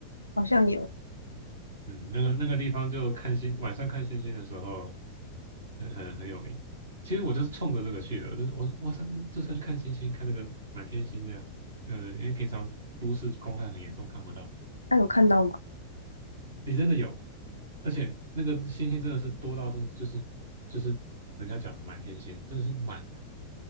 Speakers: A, on the left (about 85°); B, on the right (about 65°).
A: 好像有，
B: 嗯，那个那个地方就看星，晚上看星星的时候很很很有名。其实我就是冲着这个去的，我就是我哇塞，这是要去看星星，看那个满天星这样。嗯，因为平常都市光害很严重，看不到。
A: 他有看到吗？
B: 诶，真的有，而且那个星星真的是多到真的就是就是人家讲的满天星，真的是满的，